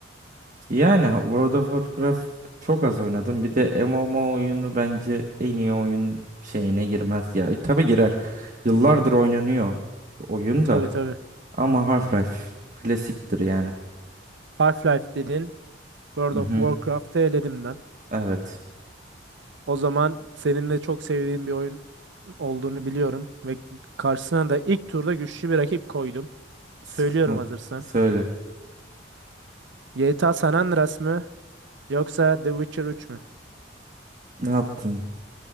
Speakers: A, on the right (about 40°); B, on the right (about 65°).
A: Yani World of Warcraft çok az oynadım. Bir de MMO oyunu bence en iyi oyun şeyine girmez ya. E, Tabii girer. Yıllardır oynanıyor oyun
B: Tabii
A: da.
B: tabii.
A: Ama Half-Life klasiktir yani.
B: Half-Life dedin. World
A: Mhm.
B: of Warcraft'ı eledim ben.
A: Evet.
B: O zaman senin de çok sevdiğin bir oyun olduğunu biliyorum ve karşısına da ilk turda güçlü bir rakip koydum.
A: Sıkı-
B: Söylüyorum hazırsan.
A: Söyle.
B: GTA San Andreas mı yoksa The Witcher 3 mü?
A: Ne yaptın?